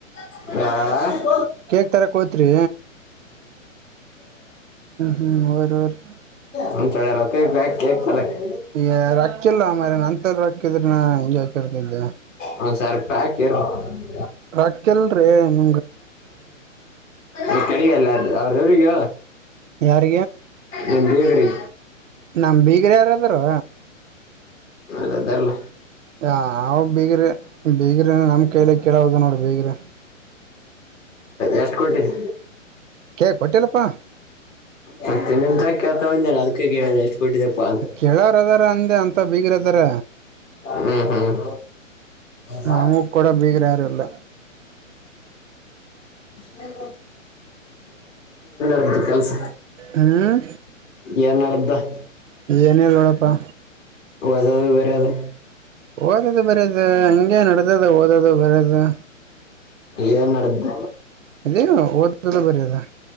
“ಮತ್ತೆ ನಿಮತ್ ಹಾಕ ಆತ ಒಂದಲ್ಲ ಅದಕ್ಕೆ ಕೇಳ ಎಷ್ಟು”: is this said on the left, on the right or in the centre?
Left